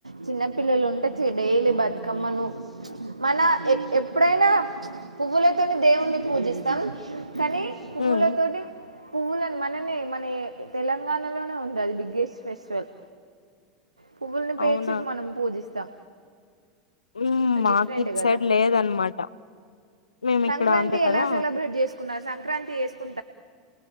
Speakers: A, on the right; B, on the left.
A: చిన్న పిల్లలు ఉంటే డైలీ బతుకమ్మను ప్చ్ మన ఎ ఎప్పుడైనా ప్చ్ పువ్వులతోని దేవున్ని పూజిస్తాం కానీ పువ్వులతో
B: ఉమ్,
A: పువ్వులని మనమే మన తెలంగాణలోనే ఉంటాది బిగ్గెస్ట్ ఫెస్టివల్ పువ్వులని పేర్చి
B: అవునా
A: మనం పూజిస్ చ
B: ఉమ్, మాకు
A: డిఫరెంట్
B: ఇటు
A: గద
B: సైడ్ లేదనమాట మేము
A: సంక్రాంతి
B: ఇక్కడ అంత
A: ఎలా
B: కదా
A: సెలబ్రేట్ చేసుకున్న సంక్రాంతిచెసుకు